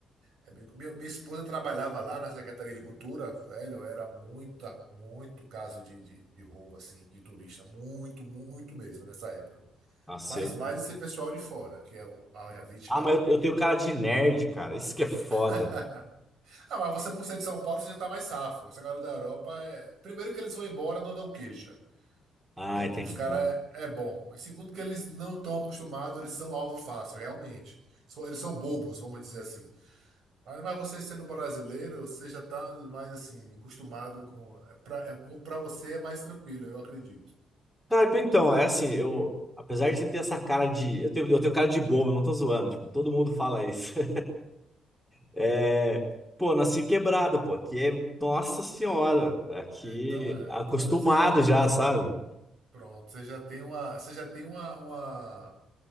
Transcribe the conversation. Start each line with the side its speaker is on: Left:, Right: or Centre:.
Right: é bem- minha, minha esposa trabalhava lá na Secretaria de Cultura, velho, era muita, muito caso de, de, de roubo, assim, de turista, muito, muito mesmo nessa época.
Centre: Nossa,
Right: Mas
Centre: eu...
Right: mais esse pessoal de fora, que é o- a, a vítima.
Centre: Ah, mas eu, eu tenho cara de nerd, cara, isso que é foda.
Right: <laughs> Ah, mas você, por ser de São Paulo, você já tá mais safo. Essa galera da Europa é. Primeiro que eles vão embora, não dão queixa.
Centre: Ah,
Right: Então,
Centre: entendi.
Right: pros caras é é bom. E segundo que eles não estão acostumados, eles são alvo fácil, realmente. São- Eles são bobos, vamos dizer assim. Mas, mas você sendo brasileiro, você já tá mais assim, acostumado com. é, Pra, é, com, pra você é mais tranquilo, eu acredito.
Centre: Cara, tipo, então, é assim, eu, apesar de ter essa cara de, eu tenho, eu tenho cara de bobo, não tô zoando, tipo, todo mundo fala isso. <laughs> É, pô, nasci quebrada, pô. Aqui é, nossa senhora, aqui
Right: Então é.
Centre: acostumado
Right: Então é, você já.
Centre: já, sabe?
Right: Pronto, você já tem uma. Você já tem uma, uma